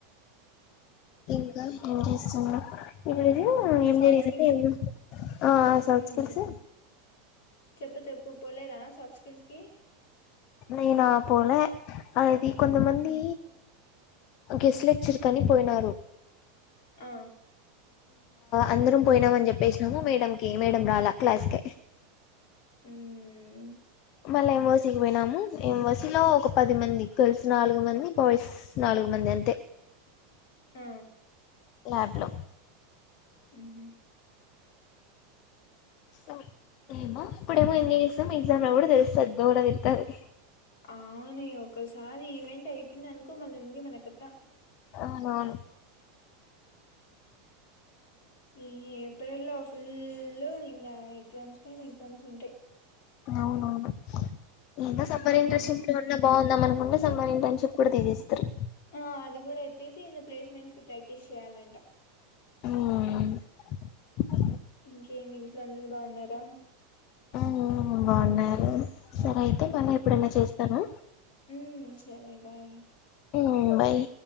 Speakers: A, on the left (about 45°); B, on the left (about 70°).
A: ఇంకా ఏం చేస్తున్నావ్ ఈ రోజు
B: ఇంకా
A: ఏం
B: సాఫ్ట్
A: జరిగిందంటే
B: స్కిల్స్
A: ఆ సౌత్
B: ఉమ్
A: స్కిల్స్
B: చెప్పు చెప్పు చెప్పు పోలేదా సాఫ్ట్ స్కిల్స్ కి
A: నేనా పోలే అది కొంతమంది
B: ఉమ్,
A: గెస్ట్ లెక్చర్కని పోయినారు
B: ఆ
A: అందరం పోయినామ అని చెప్పేసినాము మేడంకి మేడం రాలా క్లాస్కి
B: ఉమ్
A: మళ్ళీ ఎంఓసీకి పోయినాము ఎంఓసీ లో ఒక పది మంది గర్ల్స్ నాలుగు మంది బాయ్స్ నాలుగు మంది అంతే
B: ఆ
A: ల్యాబ్లు
B: ఉమ్
A: ా ఏమో ఇప్పుడేమో ఎంజాయ్ చేసాం ఎగ్జామ్ లో కూడా తెలుస్తది దూల తీరుతాది
B: అవును ఒకసారి ఈవెంట్ అయిపోయింది అనుకో మళ్ళీ ఉంది మనకథా
A: అవునవును
B: ఈ ఏప్రిల్ లో ఫుల్ ఇంకా ఎగ్జామ్స్ పైన ఎగ్జామ్స్ ఉంటాయి
A: అవునవును ఇంకా సమ్మర్
B: ఉమ్
A: ఇంటర్న్షిప్ ఉన్నా బాగుందా అనుకుంట సమ్మర్ ఇంటర్న్షిప్ కూడా తీసేస్తారు
B: ఆ అది కూడా ఎత్తేసి ఇగ ప్లేస్మెంట్స్ కి ప్రాక్టీస్ చెయ్యాలంట
A: ఆ
B: ఇంకేమి ఇంట్లో అందరు బాగున్నారా
A: ఆ బాగున్నారు సరే అయితే మల్ల ఎప్పుడైనా చేస్తాను
B: ఉమ్ సరే బై
A: ఆ బాయ్